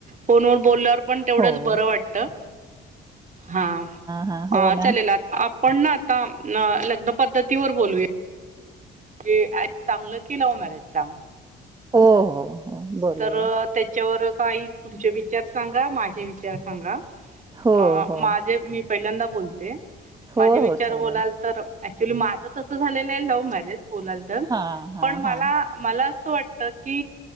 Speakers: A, on the right; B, on the right.
A: फोनवर बोल्यावर पण तेवढंच
B: हो
A: बरं वाटत. हा
B: हा हो
A: ह
B: ना
A: चलेल आपण न आता लग्न पद्धतीवर बोलूया. म्हणजे ज चांगलं की लव्ह मॅरेज चांग
B: हो हो हो बोलूयात
A: तर त्याच्यावर काही तुमचे विचार सांगा माझे विचार सांगा.
B: हो
A: अ
B: हो
A: माझे मी पहिल्यांदा बोलते माझे
B: हो
A: विचार
B: हो चालेल
A: बोलाल तर ऍक्च्युली माझं तसं झालेलं आहे लव्ह मॅरेज बोलाल तर
B: हा हा
A: पण मला
B: हा
A: मला असं वाटत. की